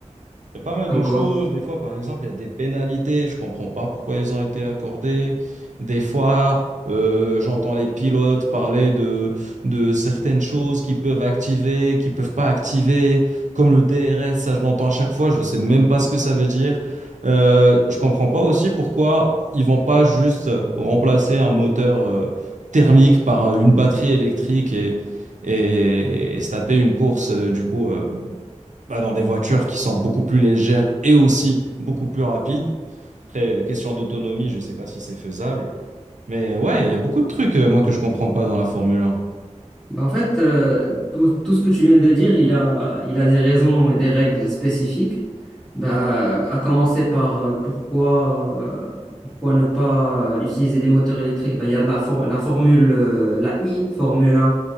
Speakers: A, on the right; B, in the centre.
A: Il y a pas mal
B: Comme
A: de
B: quoi.
A: choses. Des fois, par exemple, il y a des pénalités. Je comprends pas pourquoi elles ont été accordées. Des fois, euh, j'entends les pilotes parler de, de certaines choses qu'ils peuvent activer, qu'ils peuvent pas activer, comme le DRS. Ça, je l'entends à chaque fois. Je sais même pas ce que ça veut dire. Euh, je comprends pas aussi pourquoi ils vont pas juste remplacer un moteur, euh, thermique par un- une batterie électrique et, et, et se taper une course, euh, du coup. euh, bah, dans des voitures qui sont beaucoup plus légères et aussi beaucoup plus rapides. Après, question d'autonomie, je ne sais pas si c'est faisable. Mais ouais, il y a beaucoup de trucs, euh, moi, que je comprends pas dans la Formule 1.
B: Bah, En fait, euh, tout, tout ce que tu viens de dire, il a, il a des raisons et des règles spécifiques. Bah, à commencer
A: Ouais.
B: par euh, pourquoi, euh, pourquoi ne pas utiliser des moteurs électriques. Bah, il y a de la, for- la formule, euh, la I, Formule 1,